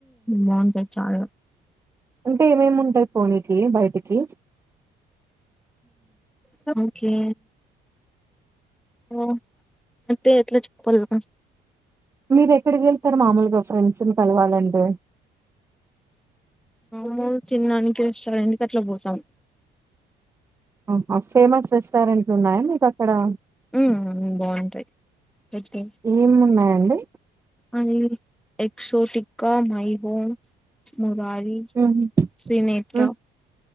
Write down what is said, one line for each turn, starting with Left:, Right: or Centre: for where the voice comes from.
Centre: బాగుంటాయి చాల
Right: అంటే ఏమేమి ఉంటాయి పోనీకి బయటికి
Centre: ము ఓకే ఓ అంటే ఎట్ల్ చెప్పల్ గా
Right: మీరు ఎక్కడికి వెళ్తారు మామూలుగా ఫ్రెండ్స్ ని కలవాలంటె
Centre: మాములుగా తిన్నానికి రెస్టారెంట్కి అట్లా పోతాం
Right: అహ ఫేమస్ రెస్టారెంట్లు ఉన్నాయా మీకు అక్కడా
Centre: ము బాగుంటాయి. <unintelligible>
Right: ఏమి ఉన్నాయండి
Centre: అని ఎక్సవోటికా మైహోమ్ మురారి
Right: మ్ ము
Centre: త్రినేత్ర,